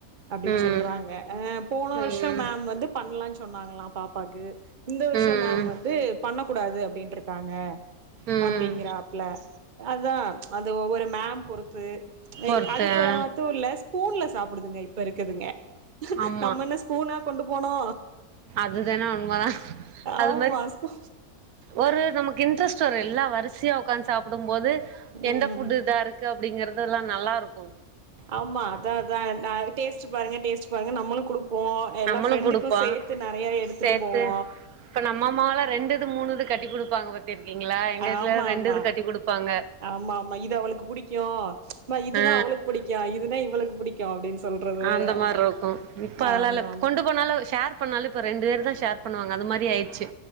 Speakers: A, on the right; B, on the right.
A: அப்டீன்னு
B: ம்
A: சொல்றாங்க அ போன
B: ம்
A: வர்ஷோ மேம் வந்து பண்ணலான்னு சொன்னாங்களா பாப்பாக்கு இந்த வர்ஷ
B: ம்
A: மேம் வந்து பண்ணகூடாது அப்டீன்றுக்காங்க
B: ம்
A: அப்டீங்கறாப்ல அதா அது ஒவ்வொரு மேம் பொறுத்து
B: பொறுத்து
A: இ அதுப்பத்தூல
B: ஆ
A: ஸ்பூன்ல சாப்புடுதுங்க இப்ப இருக்கதுங்க
B: ஆமா
A: நம்ம என்ன ஸ்பூனா கொண்டு போனோ
B: அதுதான உண்மதா அது
A: ஆமா
B: மாரி
A: ஸ்பூ
B: ஒரு நமக்கு இன்ட்ரெஸ்ட் வரோ எல்லா வரிசையா ஒக்காந்து சாப்புடும்போது
A: ம்
B: எந்த புட் இதா இருக் இருக்கு அப்டீங்கறது எல்லா நல்லா இருக்கோ
A: ஆமா அதா அதா டேஸ்ட்டு பாருங்க டேஸ்ட்டு பாருங்க நம்மளு குடுப்போ எல்லா
B: நம்மளு
A: ஃப்ரெண்டுக்கோ
B: குடுப்போ
A: சேத்து நறையா எடுத்துட்டு
B: சேத்து
A: போவோ
B: இப்ப நம்ம அம்மாவலா ரெண்டு இது மூணுது கட்டி குடுப்பாங்க பத்திருக்கீங்களா எங்க
A: ஆமா
B: இதுல ரெண்டு
A: ஆமா
B: இது கட்டிகுடுப்பாங்க
A: ஆமா ஆமா இது அவளுக்கு புடிக்கோ இதுனா
B: ஆ
A: அவளுக்கு பிடிக்கோ இதுனா இவளுக்கு பிடிக்கோ அப்டின்னு சொல்றது
B: அந்த மாரி
A: ஆமா
B: இருக்கு இப்ப அதலா
A: ஆமா
B: இல்ல கொண்டு போனாலு ஷேர் எது பண்ணாலு இப்ப ரெண்டு பேரு தா ஷேர் பண்ணுவாங்க அந்த மாரி ஆயிட்ச்சு